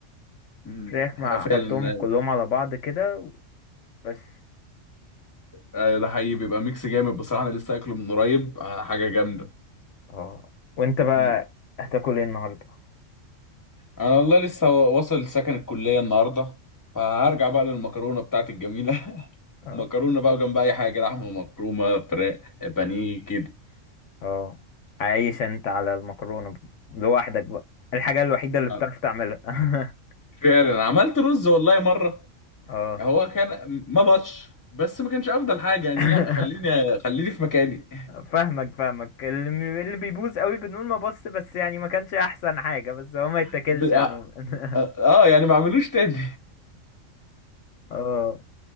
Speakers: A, on the left; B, on the left.
A: مم.
B: فراخ مع
A: فعلا
B: أحطهم كلهم على بعض كده بس
A: آه، ده حقيقي بيبقى ميكس جامد بصراحه انا لسه اكله من قريب آه، حاجه جامده
B: اه وأنت بقى
A: مم.
B: هتاكل إيه النهاردة؟
A: انا والله لسه واصل سكن الكليه النهارده فهرجع بقى للمكرونه بتاعتي الجميله <laughs>
B: اه
A: مكرونه بقى جنب اي حاجه لحمه مفرومه فراخ بانيه كده
B: اه عايش أنت على المكرونة لوحدك بقى الحاجة الوحيدة اللي بتعرف
A: آه،
B: تعملها
A: فعلا عملت رز والله مره
B: <laughs> اه
A: هو كان ما بطش بس ما كانش افضل حاجه يعني
B: <laughs>
A: لا خليني خليني في مكاني
B: فاهمك فاهمك اللي اللي بيبوظ قوي بنقول ما بص بس يعني ما كانش احسن حاجة بس هو ما
A: <laughs>
B: يتاكلش
A: ب- اه
B: عموما
A: آه،
B: <laughs>
A: آه، يعني ما اعملوش تاني
B: اه